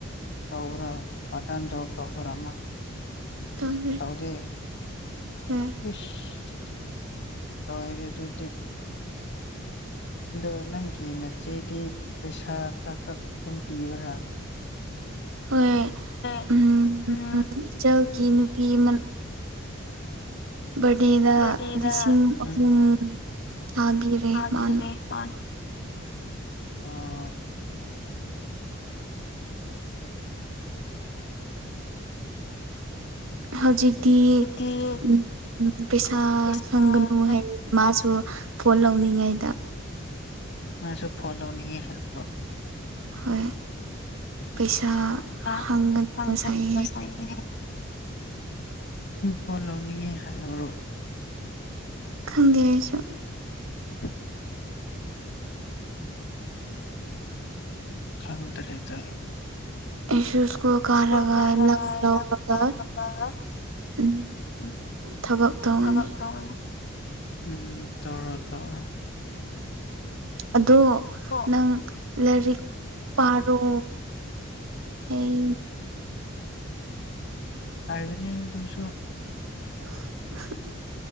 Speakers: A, on the left; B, on the right.
A: ꯇꯧꯕ꯭ꯔꯥ ꯄꯥꯔꯠ ꯇꯥꯏꯝ ꯖꯣꯕ ꯇꯧꯕꯔꯥ ꯑꯃ
B: ꯇꯧꯔꯤ
A: ꯇꯧꯗ
B: ꯍꯣꯏ
A: ꯏꯁ ꯂꯣꯢꯔꯦ ꯑꯗꯨꯗꯤ ꯑꯗꯣ ꯅꯪꯒꯤ ꯅꯆꯦꯗꯤ ꯄꯩꯁꯥ ꯈꯔ ꯈꯔ ꯑꯗꯨꯝ ꯄꯤꯕꯔꯥ
B: ꯍꯣꯏ
A: ꯍꯣꯏ
B: ꯑꯝ
A: ꯎꯝ
B: ꯏꯆꯜꯒꯤ ꯅꯨꯄꯤ ꯑꯃ ꯕꯔꯗꯦꯗ
A: ꯕꯥꯔꯗꯦꯗ
B: ꯂꯤꯁꯤꯡ ꯑꯍꯨꯝ
A: ꯎꯝ
B: ꯊꯥꯕꯤꯔꯦ
A: ꯊꯥꯕꯤꯔꯦ
B: ꯃꯥꯅ
A: ꯃꯥꯅ ꯑꯣ
B: ꯍꯧꯖꯤꯛꯇꯤ
A: ꯍꯧꯖꯤꯛꯇꯤ
B: ꯎꯝ ꯄꯩꯁꯥ
A: ꯄꯩꯁꯥ
B: ꯍꯪꯒꯅꯨ ꯍꯥꯏꯑꯦ ꯃꯥꯁꯨ ꯐꯣꯟ ꯂꯧꯅꯤꯡꯉꯥꯏ
A: ꯃꯥꯁꯨ ꯐꯣꯟ ꯂꯧꯅꯤꯡꯉꯦ ꯍꯥꯏꯕ꯭ꯔꯣ
B: ꯍꯣꯏ ꯄꯩꯁꯥ
A: <unintelligible>
B: ꯍꯪꯒꯅꯨ ꯉꯁꯥꯏ
A: ꯄꯣꯠ ꯂꯧꯅꯤꯡꯉꯦ ꯍꯥꯏꯕ꯭ꯔꯣ
B: ꯈꯪꯗꯦ ꯑꯩꯁꯨ
A: <unintelligible> ꯈꯪꯗ꯭ꯔ‌ꯦ ꯇꯧꯋꯤ
B: ꯑꯩꯁꯨ ꯁ꯭ꯀꯨꯜ ꯀꯥꯔꯒ
A: ꯁꯀꯨꯜ ꯀꯥꯔꯒ
B: ꯂꯝ ꯂꯧꯔꯒ ꯎꯝ
A: ꯎꯝ
B: ꯊꯕꯛ ꯇꯧꯒꯅꯤ
A: ꯊꯕꯛ ꯇꯧꯔꯅꯤ ꯎꯝ ꯇꯧꯔꯣ ꯇꯧꯔꯣ
B: ꯑꯗꯨ
A: ꯀꯣ
B: ꯅꯪ ꯂꯥꯏꯔꯤꯛ ꯄꯥꯔꯣ ꯑꯩ
A: ꯄꯥꯏꯒꯅꯤ ꯑꯗꯨꯁꯨ
B: <inaudible>